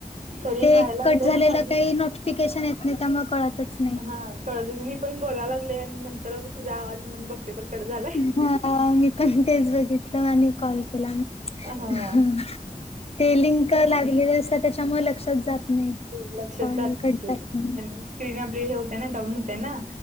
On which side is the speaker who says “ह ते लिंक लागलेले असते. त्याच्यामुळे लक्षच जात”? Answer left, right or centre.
Left